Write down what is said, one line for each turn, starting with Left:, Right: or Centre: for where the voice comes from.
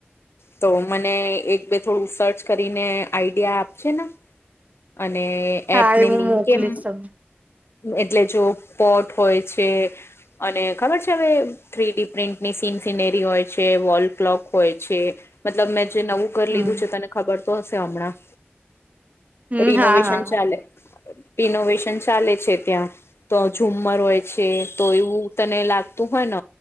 Left: તો મને એક બે થોડું સર્ચ કરીને આઈડિયા આપજે ને. અને
Right: હા
Left: એપને
Right: એ હું
Left: લિંક
Right: મોકલીશ
Left: કેમ.
Right: તમને
Left: એટલે જો પોટ હોય છે અને ખબર છે હવે. થ્રી ડી પ્રિન્ટની સીન સિનેરી હોય છે વોલ ક્લોક હોય છે. મતલબ મેં જે નવું
Right: હમ
Left: ઘર લીધું છે તને ખબર તો હશે હમણાં
Right: હમ
Left: રિનોવેશન
Right: હા હા
Left: ચાલે રિનોવેશન. ચાલે છે ત્યાં તો ઝુમમર હોય છે તો એવું તને લાગતું હોય ન.